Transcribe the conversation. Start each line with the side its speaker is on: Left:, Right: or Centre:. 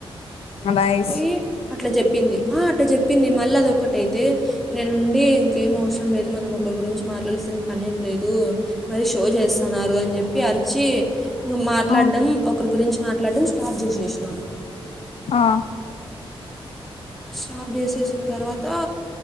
Left: నైస్
Centre: పోయి అట్ల చెప్ ప్పింది ఆ అట్ట చెప్పింది మళ్ళ అదొకటైతే నేనుండి ఇంకేం అవసరం లేదు మనం ఒక గురించి మా మాట్లాడ్సిన్ పనేం ఏం లేదు మరీ షో చేస్తన్నారు అన్ జెప్పి అరిచీ ఇంగ మాట్లాడ్డం
Left: ఆ
Centre: ఒకర్ గురించి మాట్లాడ్డం స్టాఫ్ చేసేసినం.
Left: ఆ
Centre: స్టాప్ చేసేసిన్ తర్వాతా